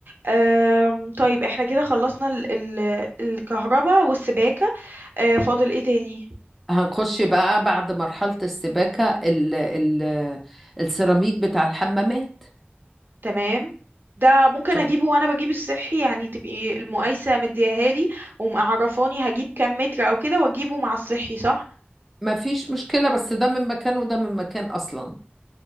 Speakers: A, on the right (about 55°); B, in the centre.
A: آم، طيب احنا كده خلصنا ال ال الكهرباء والسباكه آه فاضل ايه تاني
B: هنخش بقى بعد مرحلة السباكة ال ال السيراميك بتاع الحمامات
A: تمام ده ممكن
B: شوف،
A: اجيبه وانا بجيب الصحي يعني تبقي المقايسه مدياهالي ومعرفاني هجيب كام متر او كده واجيبه مع الصحي صح
B: ما فيش مشكلة بس ده من مكان وده من مكان أصلا